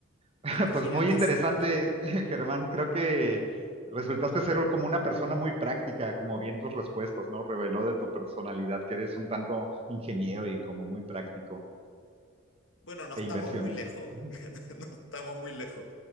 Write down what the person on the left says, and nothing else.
imagínate,
s-
bueno, no estamos
muy lejos,
<laughs> no estamos muy lejos.